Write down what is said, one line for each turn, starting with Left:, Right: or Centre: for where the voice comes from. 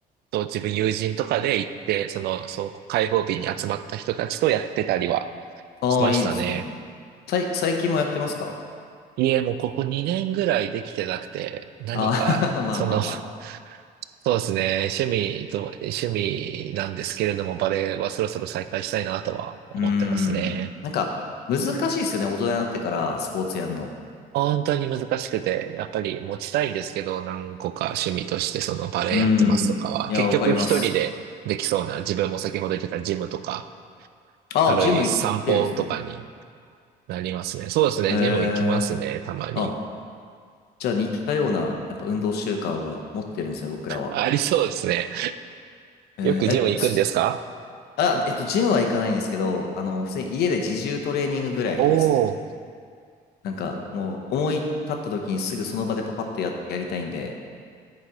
Right: と自分友人とかで行って、その、そう、開放日に集まった人たちとやってたりは
Left: ああ、
Right: しましたね。
Left: いいですね。さい、最近もやってますか
Right: いえ、もうここ2年ぐらいできてなくて、何か、
Left: ああ、<laughs> まあまあまあ。
Right: その、<laughs> そうですね、趣味と、趣味なんですけれども、バレエはそろそろ再開したいなとは思ってますね。
Left: うーん。なんか、難しいですよね。大人になってから、スポーツやんの。
Right: 本当に難しくて、やっぱり持ちたいんですけど、何個か趣味としてそのバレエやってますとかは、
Left: うーん。いや、
Right: 結局一人でできそうな、
Left: わかります。
Right: 自分も先ほど言ってたジムとか、
Left: ああ、
Right: 軽い散歩とかに
Left: ジム行ってるんですね。
Right: なりますね。そうですね、
Left: ええ
Right: ジム行きますね、たまに。
Left: あ、じゃあ似たような、やっぱ運動習慣は持ってるんですね、僕らは。
Right: ありそうですね。
Left: えー、
Right: よくジム行くんですか
Left: え、すあ、えっと、ジムは行かないんですけど、あの、普通に家で自重トレーニングぐらいですね。
Right: おおー、
Left: なんか、もう、思い立った時にすぐその場でパパッとや、やりたいんで、